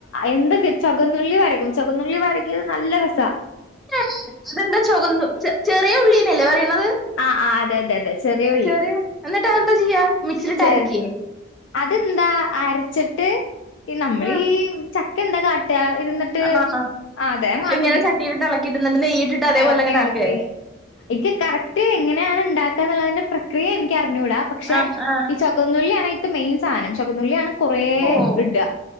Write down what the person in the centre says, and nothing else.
ഏ അതെന്താ ചകന്നു ചെറിയ ഉള്ളീനല്ലേ പറയണുന്നത്
ചെറിയോ എന്നിട്ടാ എന്താ ചെയ്യാ മിക്സിലിട്ട
അരക്കിയേ
ആ
ആ
അതിങ്ങനെ ചട്ടിയിലിട്ട് ഇളക്കിയിട്ട് എന്നിട്ട് നെയ്യിട്ടിട്ട് അതേപോലെ
അങ്ങനെ
ആക്ക
ആഹ് ആഹ്
ഓഹ്